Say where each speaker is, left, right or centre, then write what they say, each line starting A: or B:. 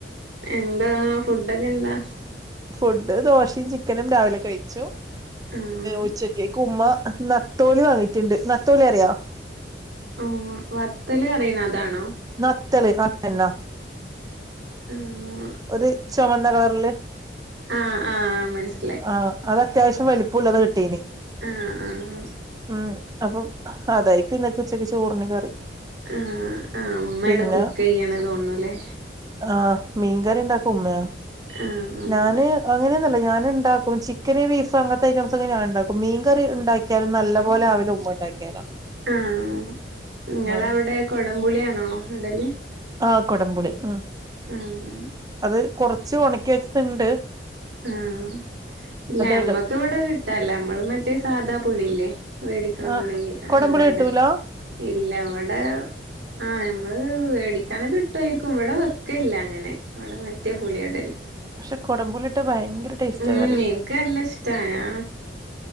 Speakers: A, on the right; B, on the right.
A: എന്താ ഫുഡൊക്കെ എന്താ
B: ഫുഡ് ദോശയും ചിക്കനും രാവിലെ കയ്ച്ചു
A: ആഹ്
B: ഉച്ചയ്ക്ക് കുമ്മ നത്തോലി വാങ്ങീറ്റ്ണ്ട് നത്തോലി അറിയോ
A: ആഹ് വത്തല് റയ്ന്നെ അതാണോ
B: നത്തല് അ എന്ന
A: ഉം
B: ഒര് ചൊമന്ന കളറില്
A: ആഹ് ആഹ് മനസ്
B: ആഹ് അത് അത്യാവശ്യം വലുപ്പൂല്ലത് കിട്ടീന്
A: ആഹ് ആഹ്
B: മ് അപ്പം അതായ്ക്കും ഇന്നക്ക് ഉച്ചക്ക് ചോറിന് കറി
A: ആഹ് അ മ്മേണ്
B: പിന്നെ
A: കുക്ക് ചെയ്യണെ തോന്ന്ണുല്ലേ
B: ആഹ് മീൻകറി ണ്ടാക്ക ഉമ്മയാ
A: ആഹ് ആഹ്
B: ഞാന് അങ്ങനെന്നുല്ല ഞാന് ണ്ടാ ണ്ടാക്കും ചിക്കന് ബീഫ് അങ്ങത്തെ ഐറ്റംസൊക്കെ ഞാൻ ണ്ടാക്കും മീൻ കറി ണ്ടാക്കിയാൽ നല്ല പോലെ ആവൽ ഉമ്മ ണ്ടാക്കിയാലാന്ന്
A: ആഹ് നിങ്ങളവിടെ
B: ആഹ്
A: കൊടംപുളിയാണോ ഇടല്
B: ആഹ് കൊടംപുളി ആഹ്
A: ഉം
B: അത് കൊറച്ച് ഉണക്കി വെച്ചതിണ്ട്
A: ആഹ് ഇല്ല നമ്മക്ക്
B: ഇടും
A: ഇവിടെ കിട്ടാല്ല നമ്മള് മറ്റേ സാധാ പുള്ളില്ലേ മേടിക്കണ
B: ആഹ്
A: പുളി
B: കൊടംപുളി
A: അതാ ഇടല്
B: ഇട്ടൂല
A: ഇല്ല ഇവടെ ആഹ് നമ്മള് മേടിക്കാനൊക്കെ കിട്ടുവായിരിക്കും ഇവിടെ വെക്കയില്ല അങ്ങനെ ഇവിടെ മറ്റേ പുളിയാ ഇടല്
B: പക്ഷെ കുടമ്പുളിയിട്ട ഭയങ്കര ടേസ്റ്റാ
A: ഉം
B: കറി
A: എനിക്ക് നല്ല ഇഷ്ടാ ഞാ